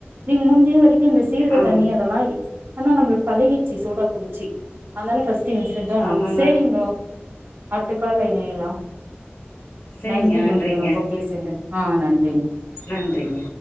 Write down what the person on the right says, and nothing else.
நீங்க முடிஞ்ச வரைக்கு இந்த சீரக
தண்ணி அதெல்லா ஆனா நம்மளுக்கு பழகிடுச்சு சோடா குடிச்சு அதனால ஃபஸ்டு
சரிங்கோ அடுத்த கால்ல இணையலா
நன்றிங்கோ
நீங்க ரொம்ப பேசுன்து ஆ நன்றிங்க